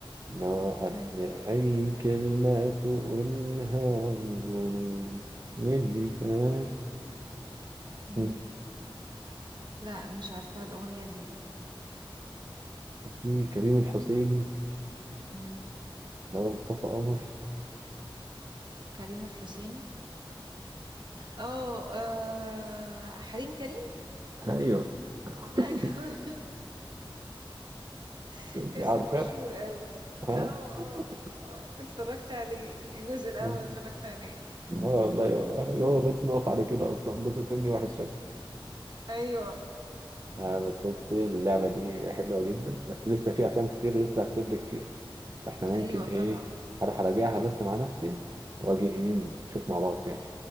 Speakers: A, on the right (about 40°); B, on the right (about 55°).
A: ان هو قبل
B: ايوه
A: اي كلمه تقولها بظنون واللي فات
B: مم.
A: مم.
B: لا مش عارفه الاغنيه
A: في كريم الحسيني
B: دي
A: اللي هو مصطفى قمر
B: كريم الحسيني اه آه، حريم كريم
A: ايوه <laughs>
B: ايوه <laughs>
A: كنت
B: اسمه
A: عارفه
B: مشهور قوي
A: ها
B: اه اه
A: <laughs>
B: آه، اتفرجت عليه الجزء الاول
A: آه،
B: اتفرجت عليه
A: والله هو بس نقف على كده اصلا الجزء التاني وحش شكله
B: ايوه
A: آه بس بصي اللعبة دي حلوة جدا بس لسه في أفلام كتير لسه هختبرك فيها فاحنا ممكن
B: ايوه طبعا
A: إيه هروح أراجعها بس مع نفسي وأجي إيه نشوف مع بعض تاني